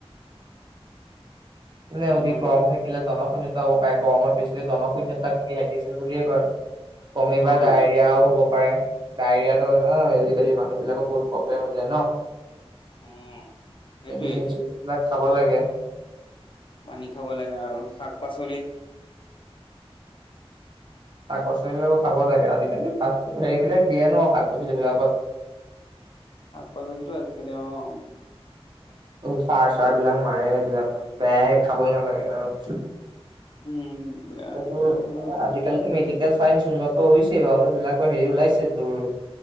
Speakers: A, on the right; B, on the left.
A: নে অতি
B: আমাৰ
A: গৰম থাকিলে জনশূণ্যতা অলপ গৰমত বেছিলে জনশূন্য তাক হাইড্ৰেচন বুলিয়ে কয়। বমিব বা
B: অ',
A: ডায়েৰিয়াও হ'ব হব পাৰে। ডায়েৰিয়াতো ন আজিকালি মানুহ বিলাকৰ বহুত প্ৰব্লেম হৈ যায় ন।
B: অ'। সেইটোৱে
A: মেডিচিন-চেডচিন বিলাক খাব লাগে।
B: পানী খাব লাগে আৰু শাক পাচলি
A: শাক-পাচলি বিলাকো খাব লাগে। আজিকালি সেইবিলাক দিয়ে ন শাক -পাচলি বিলাক
B: শাক-পাচলিতো আজিকালি অ -
A: চাৰ চাৰ বিলাক মাৰে এইবিলাক। বেয়াই খাবই নালাগে আৰু।
B: উম। বেয়া
A: এইটো
B: সেইটো
A: ত
B: বাৰু হয় বাৰু
A: আজিকালিতো মেডিচিন এতিয়া চাইন্ঞ্চ উন্নত হৈছে বাৰু এইবিলাকো হেৰি ওলাইছে তোৰ